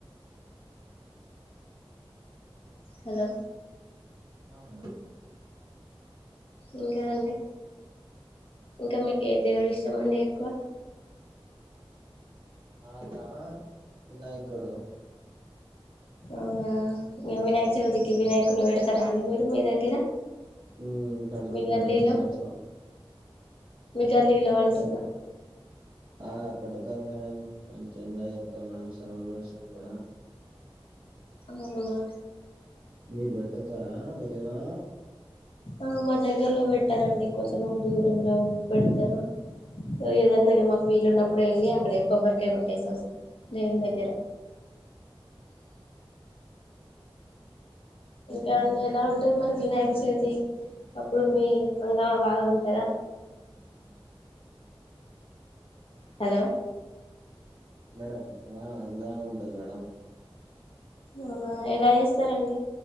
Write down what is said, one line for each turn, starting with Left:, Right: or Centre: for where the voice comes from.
Left: హలో
Right: ఆ మేడం
Left: ఇంకా అండి ఇంక మీకు ఏ దేవుడు ఇష్టమండిఎక్కువ
Right: నాక వినాయకుడు
Left: అవునా ఇ వినాయక చవితికి వినాయకుని పెడతార అండి మీరు మీ దగ్గర
Right: హు పెడతాం
Left: మీ గల్లీలో
Right: మేడం ఈ సంవత్సరం
Left: <unintelligible> అంటున్నా
Right: ఆ పెడతాం మేడం <unintelligible> చేస్తాం మేడం <unintelligible> కూడ
Left: అవునా
Right: మీరు పెట్టి వచ్చారా వెళలా
Left: ఆ మా దగ్గరలో పెట్టారండి కొంచెం దూరంలో ఉ పెడతారు ఏదన్నా ఇ మాకు వీళ్లు ఉన్నప్పుడు వెళ్ళి అక్కడ కొబ్బరికాయ కొట్టేసి వస్తారు. దేవుని దగ్గర ఇంకా అండి ఎలా ఉంటుది మరి వినాయక చవితి అప్పుడు మీ హంగమా బాగా ఉంటాదా,
Right: <unintelligible>
Left: హలో
Right: మేడం ఆ హగామ ఉంటది మేడం,
Left: అవునా ఎలా చేస్తారండి.